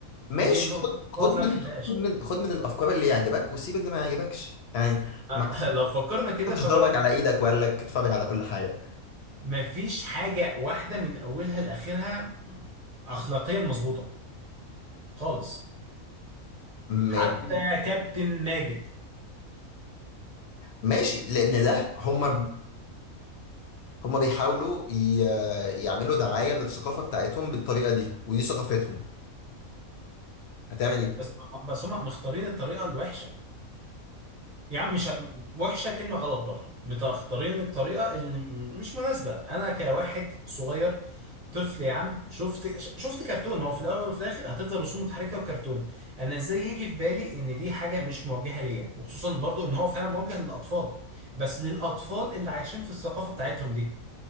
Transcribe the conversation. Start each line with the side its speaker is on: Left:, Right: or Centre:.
Left: ماشي
Right: دي النقطة
Left: خد
Right: النقط
Left: خد من
Right: اللي أنا ما بحبهاش
Left: خد من خد من الافكار اللي يعجبك وسيب اللي ما يعجبكش يعني
Right: <laughs>
Left: ما
Right: لو فكرنا كده
Left: حدش
Right: فهو
Left: ضربك على ايدك وقال لك اتفرج على كل حاجه
Right: ما فيش حاجة واحدة من أولها لآخرها أخلاقيا مظبوطة خالص حتى
Left: ماشي
Right: كابتن ماجد
Left: ماشي لان ده هم هما بيحاولوا ي... يعملوا دعاية للثقافة بتاعتهم بالطريقة دي ودي ثقافتهم هتعمل ايه؟
Right: بس بس هم مختارين الطريقة الوحشة يعني مش ه- وحشة كلمة غلط برضو مختارين الطريقة اللي مش مناسبة أنا كواحد صغير طفل يا عم شفت ش- شفت كرتون ما هو في الاول وفي الاخر هتفضل رسوم متحركه وكرتون انا ازاي يجي في بالي ان دي حاجه مش موجهه ليا وخصوصا برضو ان هو فعلا موجه للاطفال بس للاطفال اللي عايشين في الثقافه بتاعتهم دي